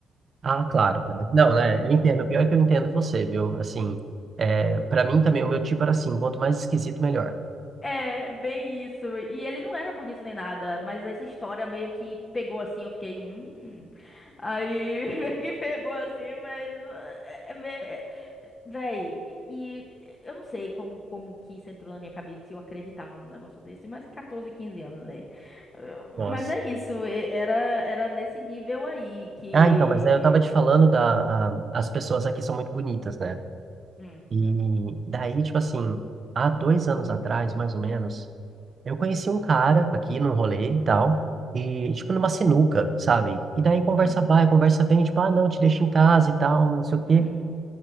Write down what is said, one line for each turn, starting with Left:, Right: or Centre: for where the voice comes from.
Right: Ah, claro. né? Não, né? Eu entendo. Pior é que eu entendo você, viu? Assim, é... para mim também, o meu tipo era assim, quanto mais esquisito, melhor.
Left: É, bem isso. E ele não era bonito nem nada, mas essa história meio que pegou assim, eu fiquei, hum. Aí <laughs> meio que pegou assim, mas eh, é, me- é- véi, e e eu não sei como como que isso entrou na minha cabeça e eu acreditava num negócio desse, mas 14 15 anos, véi. Eh,
Right: Nossa.
Left: Mas é isso, e- era era nesse nível aí que
Right: Ah, então, mas aí
Left: eh,
Right: eu tava te falando da... a- As pessoas aqui são muito bonitas, né?
Left: hum.
Right: E daí, tipo assim, há dois anos atrás, mais ou menos Eu conheci um cara aqui num rolê e tal, e tipo numa sinuca, sabe? E daí conversa
Left: Uhum.
Right: vai, conversa vem, tipo, ah, não, te deixo em casa e tal, não sei o quê.
Left: Hum.